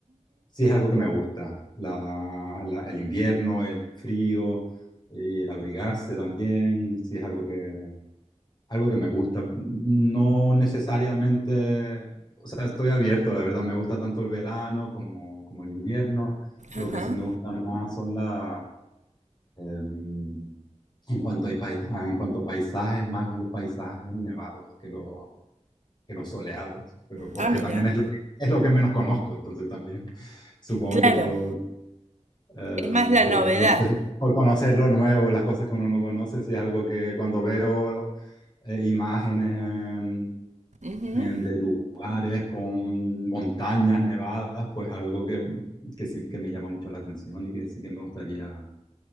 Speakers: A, on the left; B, on the right.
A: Sí, es algo que me gusta. La- la- el invierno, el frío, y el abrigarse también, sí es algo que, algo que me gusta. No necesariamente, o sea, estoy abierto, la verdad, me gusta tanto el verano como, como el invierno. Lo
B: Ajá.
A: que sí me gusta más son las, em, en cuanto a, pais- a- en cuanto a paisajes, más los paisajes nevados que los, que los soleados, pero porque
B: Ah, mira.
A: también es lo, es lo que menos conozco, entonces también. Supongo
B: Claro,
A: que puedo eh,
B: es más la
A: por
B: novedad.
A: conocer, por conocer lo nuevo, las cosas que uno no conoce, si es algo que cuando veo eh, imágenes en-
B: Ujú.
A: en- de lugares con montañas nevadas, pues algo que, que sí que me llama mucho la atención y que sí que me gustaría